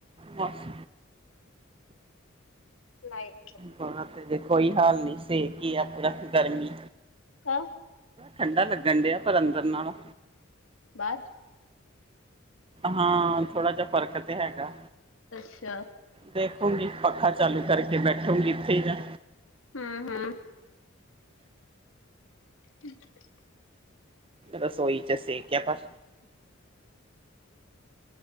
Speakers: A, on the right (about 25°); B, on the left (about 80°).
A: ਮੋਸ
B: ਲਾਈਵ।
A: ਬਾਰ ਤੇ ਕੋਈ ਹਾਲ ਨੀ ਸੇਕ ਈ ਆਪਣਾ ਗਰਮੀ।
B: ਓ
A: ਠੰਢਾ ਲੱਗਣ ਡਿਆ ਪਰ ਅੰਦਰ ਨਾਲੋਂ।
B: ਬਾਰ।
A: ਹਾਂ ਥੋੜਾ ਜੇਹਾ ਫਰਕ ਤੇ ਹੈਗਾ।
B: ਅੱਛਾ
A: ਦੇਖੂਗੀ ਪੱਖਾ ਚਾਲੂ ਕਰਕੇ ਬੈਠੋਗੀ ਇੱਥੇ ਈ ਮੈ।
B: ਹੂੰ ਹੂੰ। <inaudible>
A: ਰਸੋਈ ਚ ਸੇਕ ਆ ਪਰ।